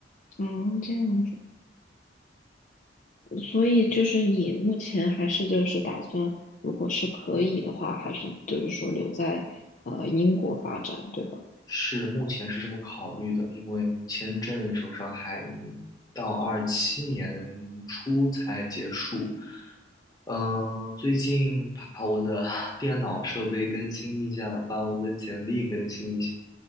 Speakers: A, on the left; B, on the left.
A: 嗯，这样子。所以就是你目前还是就是打算，如果是可以的话，还是就是说留在呃英国发展，对吧？
B: 是目前是这么考虑的，因为签证手上还到二七年初才结束。嗯、最近把我的 <laughs> 电脑设备更新一下，把我的简历更新一下，